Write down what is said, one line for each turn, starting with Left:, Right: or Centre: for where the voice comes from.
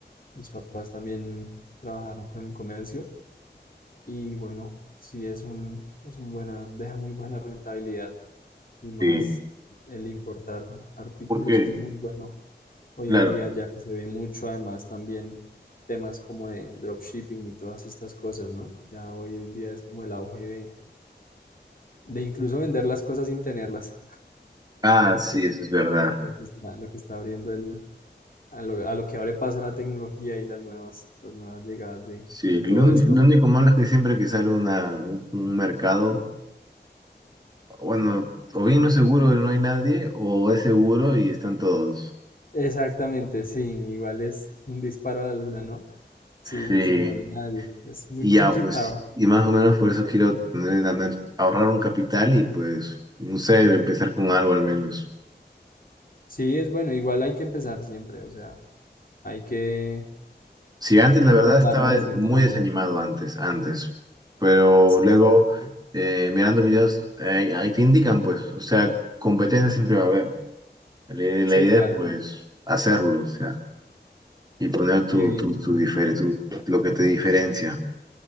Left: Mis papás también trabajaron con el comercio. Y bueno, sí es un, es un buena, deja muy buena rentabilidad y más
Right: Sí,
Left: el importar artículos
Right: porque,
Left: es muy bueno. Hoy
Right: claro.
Left: en día ya se ve mucho, además también temas como de dropshipping y todas estas cosas, ¿no? Ya hoy en día es como el auge de, de incluso vender las cosas sin tenerlas,
Right: Ah,
Left: lo
Right: sí,
Left: que,
Right: eso es verdad.
Left: lo que está, lo que está abriendo el, a lo, a lo que abre paso la tecnología y las nuevas, las nuevas llegadas de,
Right: Sí,
Left: de
Right: lo,
Left: todo
Right: un-
Left: Sí, esto.
Right: lo único malo es que siempre que sale una, un un mercado, bueno, o bien no es seguro y no hay nadie, o es seguro y están todos.
Left: Exactamente, sí, igual es un disparo a la luna, ¿no? Sí,
Right: Sí.
Left: sí, no hay nadie. Es muy
Right: Y
Left: <laughs> complicado.
Right: ya, pues, y más o menos por eso quiero tener la men- ahorrar un capital y pues, no sé, empezar con algo al menos.
Left: Sí, es bueno, igual hay que empezar siempre, o sea, hay que,
Right: Sí, antes
Left: hay que
Right: la
Left: intentarlo
Right: verdad estaba
Left: de cierta
Right: muy
Left: manera.
Right: desanimado antes, antes, pero
Left: Sí,
Right: luego eh, mirando videos eh, ahí te indican pues, o sea, competencia siempre va a haber. La,
Left: sí,
Right: la idea
Left: claro.
Right: es pues hacerlo, o sea, y poner tu,
Left: Qué bien,
Right: tu, tu, difere- tu- lo que te diferencia.